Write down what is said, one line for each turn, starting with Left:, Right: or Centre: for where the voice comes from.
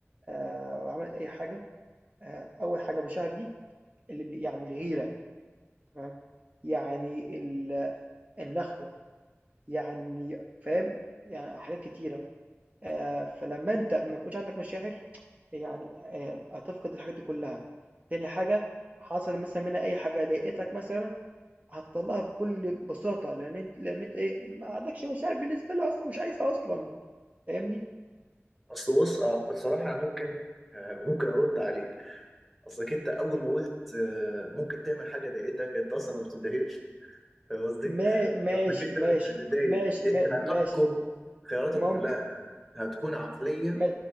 Right: آآ وعملت أي حاجة، آآ أول حاجة مشاعر دي اللي م يعني الغيرة تمام، يعني ال النخوة، يعني فاهم؟ يعني حاجات كتيرة. آآ فلمّا أنت ما يكونش عندك مشاعر يعني آآ هتفقد الحاجات دي كلّها. تاني حاجة، حصل مثلًا منها أي حاجة ضايقتك مثلًا، هتطلّعها بكل بساطة لإن أنت لإن أنت إيه، ما عندكش مشاعر بالنسبة لها أصلًا ومش عايزها أصلًا، فاهمني؟
Centre: اصل بص آه، الصراحه انا ممكن آه، ممكن ارد عليك اصلك انت اول
Right: إمم.
Centre: ما قلت آه، ممكن تعمل حاجه ضايقتك انت اصلا ما بتتضايقش فاهم قصدي؟
Right: ما ماشي،
Centre: انك انت مش
Right: ماشي،
Centre: هتتضايق
Right: ماشي،
Centre: انت
Right: ما
Centre: هتحكم
Right: ماشي،
Centre: خياراتك
Right: ممكن
Centre: كلها هتكون عقلية
Right: ما